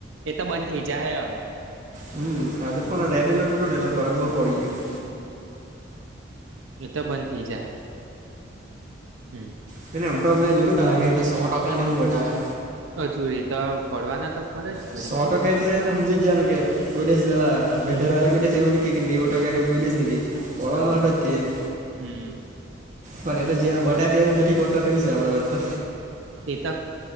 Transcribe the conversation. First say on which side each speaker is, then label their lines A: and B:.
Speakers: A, on the right (about 80°); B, on the right (about 40°).
A: એ તો બંધ થઈ જાય હે હવે.
B: હમ આજે પણ રેડ એલર્ટ હતોને એટલે બરાબર પડી ગીયો.
A: એતો બંધ થઈ જાહે. હમ્મ
B: પ એમ ટો મેં જોયું. તારા ઘેર ટો સો ટકા ને એવું બટાવેે.
A: હજુ એતો પડવાના તો ખરા જ વરી
B: સો એટલે હમજી ગ્યાને કે કોઇડિવસ પેલા વેધરવાલા કોઇડિવસ એવું ની કેય નેવુ ટકાને એવું કોઇડિવસ ની કેય. પડવાનો
A: હા
B: હોય ટોજ કેય એમ.
A: હમ
B: પણ એતો જયારે બટાયટ્યારે નથી પડતો તેવું સે આપડી બાજતો
A: તે તક